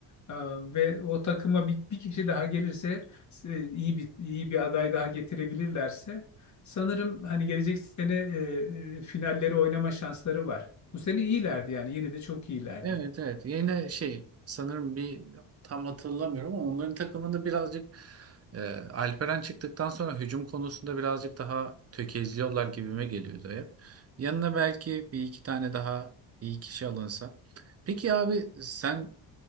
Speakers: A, on the left; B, on the right.
A: Aa, Ve o takıma bir, bir kişi daha gelirse e, iyi bir iyi bir aday daha getirebilirlerse sanırım hani gelecek sene e, e, finalleri oynama şansları var. Bu sene iyilerdi yani yine de çok iyilerdi.
B: Evet evet yine şey sanırım bir tam hatırlamıyorum ama onların takımında birazcık e, Alperen çıktıktan sonra hücum konusunda birazcık daha tökezliyorlar gibime geliyordu hep. Yanına belki bir iki tane daha iyi kişi alınsa. Peki abi sen